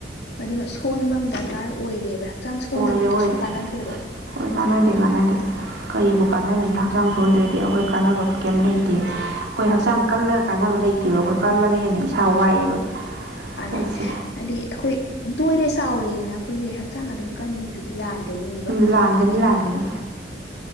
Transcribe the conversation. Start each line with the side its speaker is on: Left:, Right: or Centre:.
Left: ꯑꯗꯨꯅ ꯁꯣꯟꯕ ꯑꯃ ꯗꯔꯀꯥꯔ ꯑꯣꯏꯔꯦꯕ ꯍꯛꯆꯥꯡ ꯁꯣꯟꯗ꯭ꯔꯗꯤ
Right: ꯑꯣꯏꯔꯦ ꯑꯣꯏꯔꯦ
Left: ꯀꯩꯁꯨ ꯀꯥꯟꯅꯗ꯭ꯔꯦꯕ
Right: ꯍꯣꯏ ꯀꯥꯟꯅꯗꯦ ꯀꯥꯟꯅꯗꯦ ꯀꯔꯤꯕꯨ ꯀꯥꯟꯅꯔꯨꯅꯤ ꯍꯛꯆꯥꯡ ꯁꯣꯟꯗ꯭ꯔꯥꯗꯤ ꯑꯩꯈꯣꯏ ꯀꯥꯟꯅꯕ ꯀꯩꯝ ꯂꯩꯇꯦ ꯑꯩꯈꯣꯏ ꯍꯛꯆꯥꯡ ꯀꯜꯂꯒ ꯀꯥꯟꯅꯕ ꯂꯩꯇꯦꯕ ꯑꯩꯈꯣꯏ ꯀꯜꯂꯒ ꯍꯦꯟꯅ ꯏꯁꯥ ꯋꯥꯏꯑꯦꯕ
Left: ꯃꯥꯅꯦ
Right: ꯄꯣꯠꯁꯦ
Left: ꯍꯥꯏꯗꯤ ꯑꯩꯈꯣꯏ ꯅꯣꯏꯔꯦ ꯆꯥꯎꯔꯦꯅ ꯑꯩꯈꯣꯏꯁꯦ ꯍꯛꯆꯥꯡ ꯑꯗꯨꯝ ꯀꯥꯟꯅꯤ ꯂꯥꯟꯒꯅꯤ
Right: ꯎꯝ ꯂꯥꯟꯒꯅꯤ ꯂꯥꯟꯒꯅꯤ